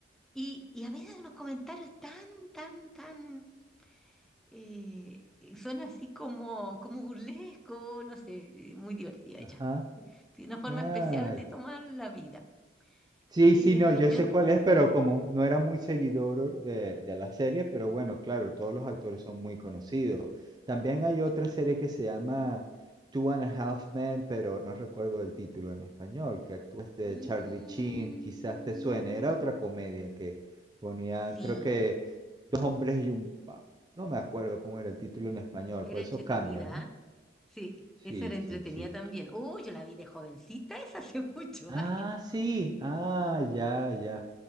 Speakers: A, in the centre; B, on the right (about 25°).
A: y, y a veces unos comentarios tan, tan, tan eh, son así como, como burlesco, no sé, eh, muy divertida ella.
B: ajá
A: Tiene una forma
B: Ay,
A: especial de tomar la vida.
B: sí,
A: Eh,
B: sí, no, yo
A: yo,
B: sé cuál es, pero como no era muy seguidor de, de la serie, pero bueno, claro, todos los actores son muy conocidos. También hay otra
A: Sí.
B: serie que se llama Two and a Half Men, pero no recuerdo el título en español, que actúa este
A: Mm,
B: Charlie Sheen, quizás te suene, era otra comedia que ponían,
A: sí,
B: creo que dos hombres y un pap, no me acuerdo cómo era el título en español,
A: era
B: pues
A: entretenida,
B: eso cambia, ¿no?
A: ¿ah? Sí,
B: Sí,
A: esa era
B: sí,
A: entretenida
B: sí,
A: también. Oh, yo la vi de jovencita, es hace <laughs> muchos
B: Ah,
A: años.
B: sí. Ah, ya, ya.